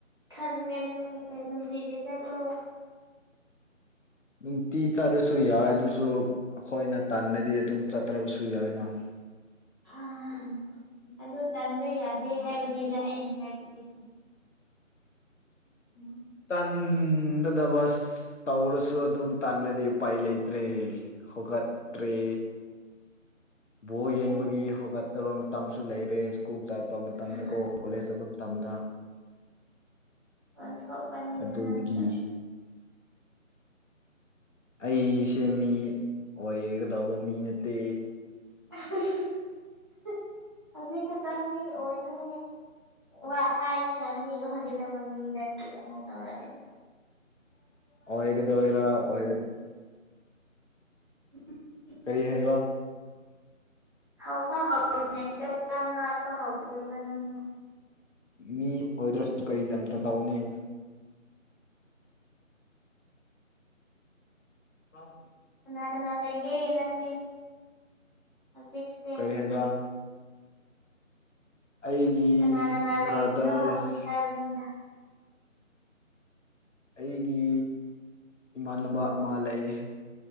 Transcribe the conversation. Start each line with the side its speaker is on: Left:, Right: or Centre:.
Right: ꯈꯟꯒꯅꯨꯍꯣꯏ ꯅꯨꯡꯇꯤꯒꯤ ꯆꯠꯂꯣ
Left: ꯅꯨꯡꯇꯤ ꯆꯠꯂꯁꯨ ꯌꯥꯏ ꯑꯗꯨꯁꯨ ꯑꯩꯈꯣꯏꯅ ꯇꯥꯟꯅꯔꯗꯤ ꯑꯗꯨꯝ ꯆꯠꯇ꯭ꯔꯕꯁꯨ ꯌꯥꯏꯅ <inaudible>
Right: ꯑꯝ ꯑꯗꯨ ꯇꯟꯕ ꯌꯥꯗꯦ ꯍꯥꯏꯕꯅꯤꯗ ꯑꯩꯅ ꯍꯥꯏꯕꯁꯤ <inaudible>
Left: ꯇꯟꯗꯕꯁ ꯇꯧꯔꯁꯨ ꯑꯗꯨꯝ ꯇꯟꯅꯗꯤ ꯎꯄꯥꯏ ꯂꯩꯇ꯭ꯔꯦ ꯍꯧꯒꯠꯇ꯭ꯔꯤ ꯕꯣꯜ ꯌꯦꯡꯕꯒꯤ
Right: ꯅꯪ
Left: ꯍꯧꯒꯠꯇꯕ ꯃꯇꯝꯁꯨ ꯂꯩꯔꯦ ꯁ꯭ꯀꯨꯜ ꯆꯠꯄ ꯃꯇꯝꯗꯀꯣ
Right: ꯑ
Left: ꯀꯣꯂꯦꯖ ꯆꯠꯄ ꯃꯇꯝꯗ
Right: ꯑꯣꯟꯊꯣꯛꯄꯅꯤꯗ
Left: ꯑꯗꯨꯒꯤ
Right: ꯅꯪꯁꯨ
Left: ꯑꯩꯁꯦ ꯃꯤ ꯑꯣꯏꯒꯗꯧꯕ ꯃꯤ ꯅꯠꯇꯦ
Right: <unintelligible>
Left: <inaudible>
Right: ꯍꯧꯖꯤꯛ ꯈꯇꯪ ꯃꯤꯑꯣꯏꯅꯤ ꯋꯥ ꯍꯥꯏꯔꯒ ꯃꯤ ꯑꯣꯏꯒꯗꯕ ꯃꯤ ꯅꯠꯇꯦ ꯑꯃꯨꯛ ꯇꯧꯔꯛ ꯑꯦ
Left: <inaudible> ꯑꯣꯏꯒꯗꯣꯏꯔ ꯑꯣꯏ
Right: <inaudible>
Left: ꯀꯔꯤ ꯍꯥꯏꯕ
Right: ꯍꯥꯎ ꯐꯥꯎ <unintelligible> ꯉꯥꯛꯄ ꯍꯧꯗ꯭ꯔꯤꯕ ꯅꯪ
Left: ꯃꯤ ꯑꯣꯏꯗ꯭ꯔꯁꯨ ꯀꯩꯗꯝꯇ ꯇꯧꯅꯤ <unintelligible>
Right: ꯀꯅꯥ ꯀꯅꯥ ꯂꯩꯒꯦ ꯅꯪꯗꯤ ꯍꯧꯖꯤꯛꯁꯦ
Left: ꯀꯩ ꯍꯥꯏꯕ ꯑꯩꯒꯤ
Right: ꯀꯅꯥ ꯀꯅꯥ ꯂꯩꯔꯤꯅꯣ
Left: ꯕ꯭ꯔꯥꯗꯔꯁ
Right: ꯍꯧꯖꯤꯛ ꯍꯥꯏꯕꯅꯤꯗ
Left: ꯑꯩꯒꯤ ꯏꯃꯥꯟꯅꯕ ꯑꯃ ꯂꯩꯌꯦ